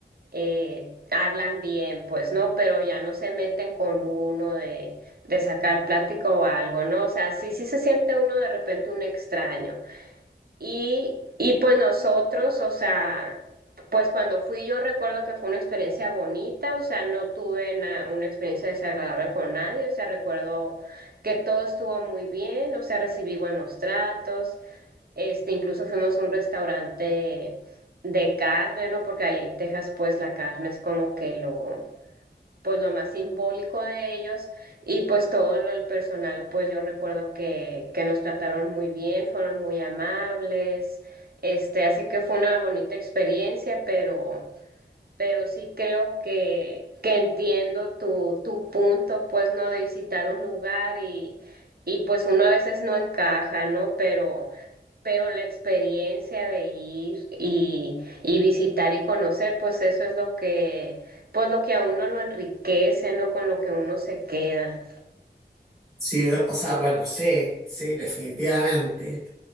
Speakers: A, on the right; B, in the centre.
A: eh, hablan bien, pues, ¿no? Pero ya no se meten con uno de, de sacar plática o algo, ¿no? O sea, sí, sí se siente uno de repente un extraño. Y, y pues nosotros, o sea, pues cuando fui yo recuerdo que fue una experiencia bonita, o sea, no tuve na- una experiencia desagradable con nadie, o sea, recuerdo que todo estuvo muy bien, o sea, recibí buenos tratos, este, incluso fuimos a un restaurante de carne, ¿no? Porque ahí en Texas, pues la carne es como que lo pues lo más simbólico de ellos y pues todo lo, el personal, pues yo recuerdo que, que nos trataron muy bien, fueron muy amables, este, así que fue una bonita experiencia, pero, pero sí creo que, que entiendo tu, tu punto, pues no, de visitar un lugar y, y pues uno a veces no encaja, ¿no? Pero... Pero la experiencia de ir y, y visitar y conocer, pues eso es lo que, pues lo que a uno lo enriquece, ¿no? Con lo que uno se queda.
B: sí, o sea, bueno, sí, sí, definitivamente.